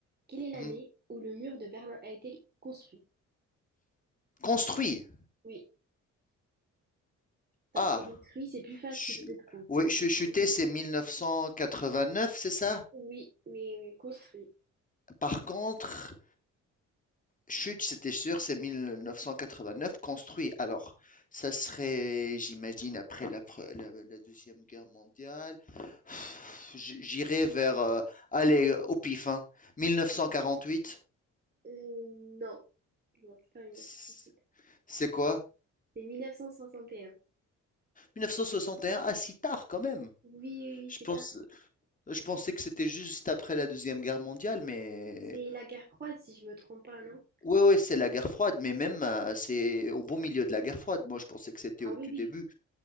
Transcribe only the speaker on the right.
Quelle est l'année
où le mur de Berlin a été construit?
Oui, parce
que détruit, c'est plus facile,
je trouve.
Mais
construit-
Oui, mais oui, construit. <clears throat>
Euh, non, non, c'est pas 1968.
C'est 1961.
Oui, oui, oui,
c'est
tard.
C'est la guerre froide, si je me trompe pas, non?
Ah
oui,
oui,